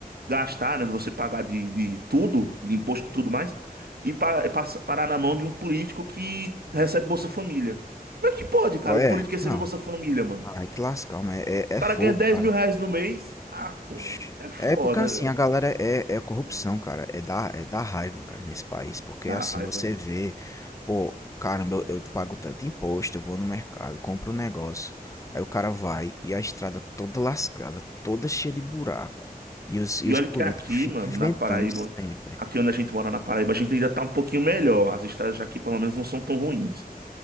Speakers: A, on the right; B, on the left.
A: gastar, né, de você pagar de, de tudo, de imposto e tudo mais, e pa- passa- parar na mão de um político que recebe Bolsa Família. Como é que pode, cara,
B: Pô, É,
A: o político receber
B: não,
A: Bolsa Família, mano?
B: aí te lascar, mas é, é
A: O cara
B: fogo,
A: ganha 10
B: cara.
A: mil reais no mês. Ah, porra,
B: Oxi.
A: é foda,
B: É porque assim,
A: velho.
B: a galera é, é corrupção, cara. É da, é da raiva, cara, nesse país. Porque
A: Dá
B: assim,
A: raiva.
B: você vê, pô, caramba, eu, eu pago tanto imposto, eu vou no mercado, compro um negócio. Aí o cara vai e a estrada toda lascada, toda cheia de buraco. E os, e
A: E
B: os
A: olha
B: políticos
A: que aqui,
B: ficam
A: mano,
B: inventando
A: na Paraíba,
B: sempre.
A: aqui onde a gente mora na Paraíba, a gente ainda tá um pouquinho melhor. As estradas aqui, pelo menos, não são tão ruins.